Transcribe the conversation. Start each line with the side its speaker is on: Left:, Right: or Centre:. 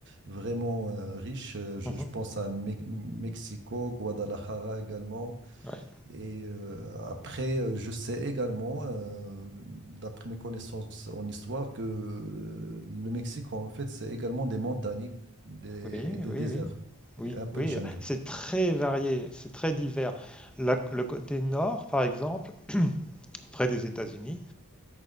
Right: vraiment euh, riches. Euh, Je,
Centre: Mhm.
Right: je pense à Me- Mexico, Guadalajara également.
Centre: Ouais.
Right: Et euh, après, euh, je sais également, euh, d'après mes connaissances en histoire, que euh, le Mexique, en fait, c'est également des montagnes des,
Centre: Oui,
Right: et des
Centre: oui,
Right: déserts
Centre: oui. Oui,
Right: et un peu
Centre: oui,
Right: de jungle.
Centre: c'est très varié, c'est très divers. La- le côté nord, par exemple, près des États-Unis,